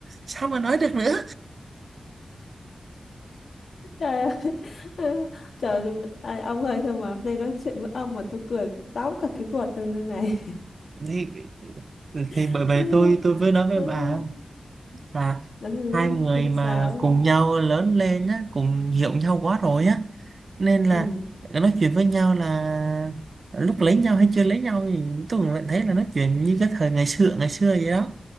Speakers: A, on the right; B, on the left.
A: sao mà nói được nữa
B: Trời ơi. <laughs> Trời ơi, ai- ông ơi sao mà hôm nay nói chuyện với ông mà tôi cười táo cả cái ruột lên như này.
A: thì thì
B: <laughs>
A: bởi vậy tôi tôi mới nói với
B: Ừ,
A: bà là
B: ừ,
A: hai người
B: ừ,
A: mà
B: Sao?
A: cùng nhau lớn lên á cùng hiểu nhau quá rồi á nên là
B: Ừ.
A: nói chuyện với nhau là lúc lấy nhau hay chưa lấy nhau thì tôi cũng vẫn thấy là nói chuyện như cái thời ngày xưa ngày xưa vậy đó